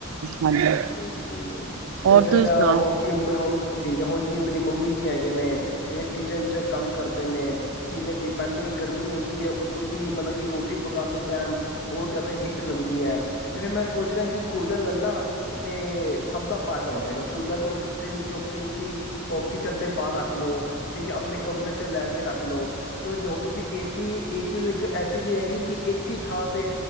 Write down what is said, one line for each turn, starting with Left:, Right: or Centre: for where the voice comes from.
Right: ਹਾਂਜੀ
Left: ਠੀਕ ਹੈ ਠੀਕ ਹੈ
Right: ਹੋਰ
Left: ਤੇ ਫੇਰ
Right: ਤੁਸੀਂ ਸੁਣਾਓ?
Left: ਹੁਣ ਜੀ ਹੁਣ ਠੀਕ ਹੈ ਹੁਣ ਜੀ ਮੇਰੀ ਮੰਮੀ ਜੀ ਹੈਗੇ ਨੇ ਠੀਕ ਹੈ ਕਿਚਨ ਚ ਕੰਮ ਕਰਦੇ ਨੇ ਠੀਕ ਹੈ ਜੀ ਪਹਿਲਾਂ ਹੀ ਗਰਮੀ ਹੁੰਦੀ ਹੈ ਉੱਤੋਂ ਦੀ ਮਤਲਬ ਕਿ ਰੋਟੀ ਪਕਾਉਣ ਦੇ ਟਾਈਮ ਹੋਰ ਜ਼ਿਆਦਾ ਹੀਟ ਲੱਗਦੀ ਹੈ ਤੇ ਫਿਰ ਮੈਂ ਸੋਚ ਰਿਹਾ ਕਿ ਕੂਲਰ ਲੈ ਲਾਂ ਤੇ ਸਭ ਦਾ ਫਾਇਦਾ ਹੋ ਜਾਏਗਾ ਕੂਲਰ ਨੂੰ ਕਿੱਥੇ ਵੀ ਚੁੱਕ ਕੇ ਤੁਸੀਂ ਉਹ ਕਿਚਨ ਦੇ ਬਾਹਰ ਰੱਖ ਲਓ ਠੀਕ ਹੈ ਆਪਣੇ ਕਮਰੇ ਚ ਲੈ ਕੇ ਰੱਖ ਲਓ ਕਿਉਂ ਜਿ ਹੁਣ ਤੁਸੀਂ ਏ ਸੀ ਏਸੀ ਇੱਕ ਐਸੀ ਚੀਜ਼ ਹੈਗੀ ਕਿ ਇੱਕ ਹੀ ਥਾਂ ਤੇ